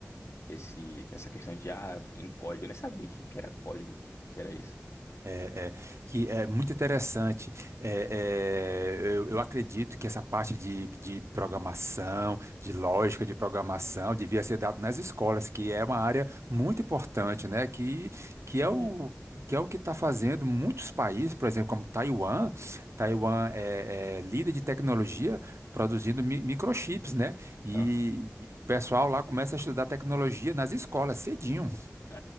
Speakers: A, on the left; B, on the right.
A: esse, essa questão de, ah, em código. Eu nem sabia o que que era código, o que que era isso.
B: É, é, que é muito interessante. É, é, eu, eu acredito que essa parte de, de programação, de lógica de programação, devia ser dado nas escolas, que é uma área muito importante, né? Que, que
A: Sim,
B: é o que é o que está fazendo muitos países, por exemplo, como Taiwan. Taiwan é, é líder de tecnologia, produzindo mi- microchips, né? E,
A: aham.
B: e o pessoal lá começa a estudar tecnologia nas escolas cedinho.
A: É,